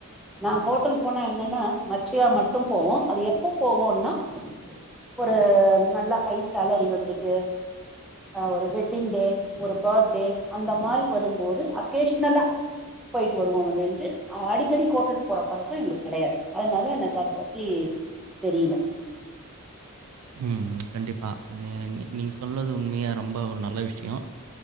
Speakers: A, in the centre; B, on the right.
A: நா ஹோட்டல் போனா என்னன்னா மச்சியா மட்டு போவோ அது எப்போ போவோன்னா ஒரு நல்ல ஹை சலரி வந்தது ஒரு வெட்டிங் டே ஒரு பர்த்டே அந்த மாரி வரும்போது அகேஷ்னலா போயிட்டு வருவோ விழிஞ்சு அ அடிக்கடி ஹோட்டலுக்கு போற பழக்கம் எங்களுக்கு கெடையாது அதனால எனக்கு அதப் பத்தி தெரியல
B: ம் கண்டிப்பா நீ நீங்கள் சொன்னது உண்மையா ரொம்ப ஒரு நல்ல விஷயோ